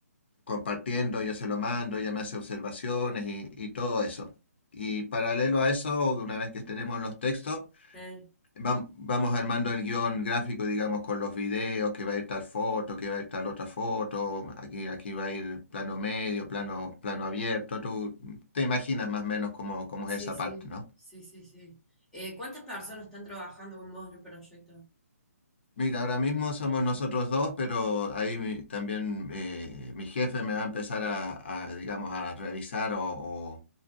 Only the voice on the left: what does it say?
compartiendo, yo se lo mando, ella me hace observaciones y, y todo eso. Y paralelo a eso, una vez que tenemos los textos,
Vam- Vamos armando el guión gráfico, digamos, con los videos, que va a ir tal foto, que va a ir tal otra foto, aquí, aquí va a ir plano medio, plano, plano abierto. Tú te imaginas más o menos cómo, cómo
es esa
parte, ¿no?
Mira, ahora mismo somos nosotros dos, pero ahí mi- también eh, mi jefe me va a empezar a, a, digamos, a revisar o, o-